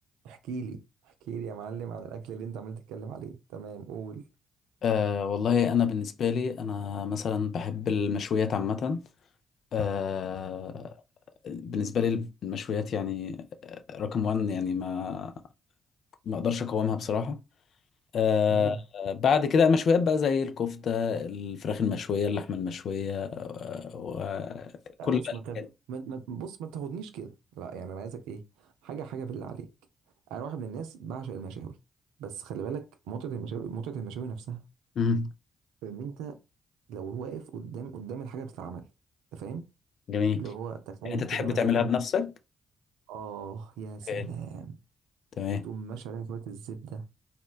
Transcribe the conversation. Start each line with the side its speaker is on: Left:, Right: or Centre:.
Right: احكي لي احكي لي يا معلم عن الاكل اللي انت عمال تتكلم عليه تمام قول
Left: أه والله أنا بالنسبة لي أنا مثلا بحب المشويات عامة أه بالنسبة لي المشويات يعني آه، رقم وان يعني ما ما أقدرش أقاومها بصراحة أه
Right: تمام
Left: بعد كده مشويات بقى زي الكفتة الفراخ المشوية اللحمة المشوية أه وكل
Right: لا بص
Left: الأنواع.
Right: ما تاخد ما ما- بص ما تاخدنيش كده لا يعني انا عايزك ايه حاجه حاجه بالله عليك انا واحد من الناس بعشق المشاوي بس خلي بالك متعه المشاوي متعه المشاوي نفسها
Left: مم،
Right: ان انت لو واقف قدام قدام الحاجه بتتعمل انت فاهم
Left: جميل
Right: اللي هو تخيل
Left: يعني أنت
Right: كده
Left: تحب
Right: مثلا
Left: تعملها بنفسك؟
Right: اه يا سلام
Left: أوكي، تمام
Right: وتقوم ماشي عليها شويه الزبده